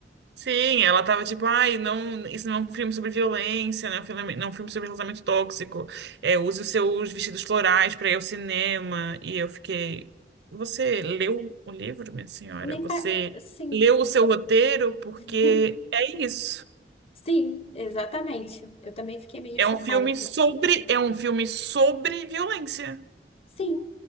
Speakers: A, on the right; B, on the left.
A: Sim, ela tava tipo, ai, não, isso não é um filme sobre violência, né? Um filme, não é um filme sobre relacionamento tóxico. É, use os seus vestidos florais para ir ao cinema. E eu fiquei, você leu o livro, minha senhora?
B: Nem
A: Você
B: pa... Sim.
A: leu o seu roteiro? Porque
B: <laughs>
A: é isso.
B: Sim, exatamente. Eu também fiquei meio
A: É
B: chocada
A: um filme
B: com
A: sobre,
B: isso.
A: é um filme sobre violência.
B: Sim.